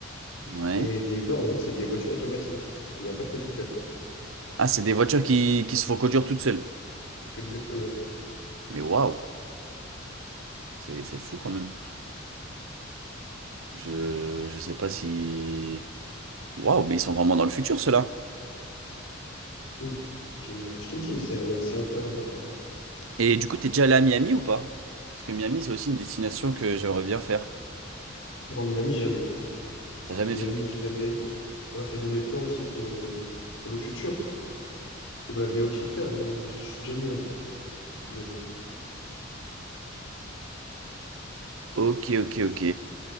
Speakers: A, on the right; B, on the left.
A: Ouais.
B: Et les Uber, en fait, c'est des voitures automatiques. Il n'y a pas de conducteur.
A: Ah, c'est des voitures qui, qui se font conduire toutes seules.
B: Exactement.
A: Mais waouh, c'est, c'est fou quand même. Je, je sais pas si. Waouh, mais ils sont vraiment dans le futur, ceux-là.
B: Mm. Effectivement. Je t'ai dit, c'est un- c'est incroyable.
A: Et du coup, t'es déjà allé à Miami ou pas? Parce que Miami, c'est aussi une destination que j'aimerais bien faire.
B: Non, Miami, jamais.
A: T'as jamais
B: Miami,
A: fait?
B: jamais. Là, c'est dans mes plans aussi pour, euh, pour le futur. J'aimerais bien aussi le faire, mais je suis jamais allé. Je suis jamais allé.
A: Ok, ok, ok.